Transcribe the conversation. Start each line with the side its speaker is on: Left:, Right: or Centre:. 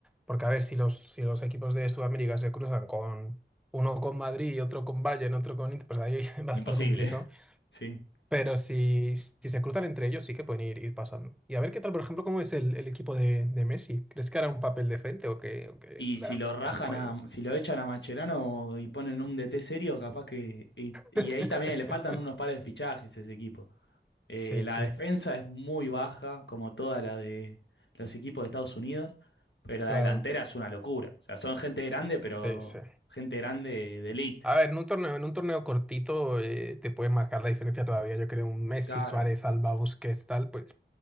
Centre: porque a ver, si los, si los equipos de Sudamérica se cruzan con uno con Madrid y otro con Bayern, otro con Inter, pues ahí <laughs> va
Left: imposible,
Centre: a estar complicado.
Left: <laughs> sí.
Centre: Pero si, si se cruzan entre ellos, sí que pueden ir, ir pasando. Y a ver qué tal, por ejemplo, cómo es el, el equipo de, de Messi. ¿Crees que hará un papel decente o que, o que
Left: Y
Centre: darán
Left: si lo rajan
Centre: asco ahí?
Left: a, si lo echan a Macherano y ponen un DT serio, capaz que. Y, y
Centre: <laughs>
Left: ahí también le faltan unos pares de fichajes a ese equipo. Eh,
Centre: Sí,
Left: la
Centre: sí,
Left: defensa es muy baja, como toda la de los equipos de Estados Unidos, pero
Centre: claro.
Left: la delantera es una locura. O sea, son gente grande, pero
Centre: Sí, sí.
Left: gente grande de elite.
Centre: A ver, en un torneo, en un torneo cortito eh, te pueden marcar la diferencia todavía. Yo creo un Messi,
Left: Claro.
Centre: Suárez, Alba, Busquets, tal, pues,